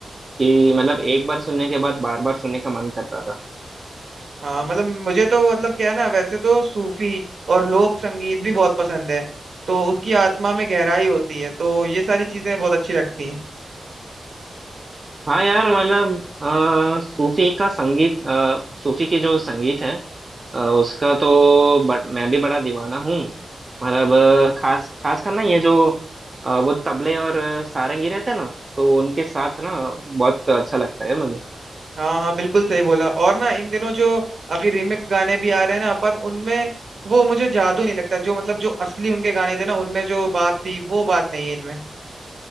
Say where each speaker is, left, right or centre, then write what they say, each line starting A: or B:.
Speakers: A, on the right; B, on the right.
A: कि मतलब एक बार सुनने के बाद बार बार सुनने का मन करता था
B: हाँ मतलब मुझे तो मतलब क्या है ना वैसे तो सूफी और लोक संगीत भी बहुत पसंद है तो उसकी आत्मा में गहराई होती है तो ये सारी चीजें बहुत अच्छी लगती हैं
A: हाँ यार मतलब अ, सूफी का संगीत अ, सूफी के जो संगीत है अ, उसका तो ब, मैं भी बड़ा दीवाना हूँ मतलब अ, खास खास कर ना ये जो अ, वो तबले और सारंगी रहते हैं ना तो उनके साथ ना बहुत अच्छा लगता है मुझे
B: हाँ हाँ बिल्कुल सही बोला और ना इन दिनों जो अभी रिमिक्स गाने भी आ रहे हैं ना पर उनमें वो मुझे जादू नहीं लगता जो मतलब जो असली उनके गाने थे ना उनमें जो बात थी वो बात नहीं है इनमें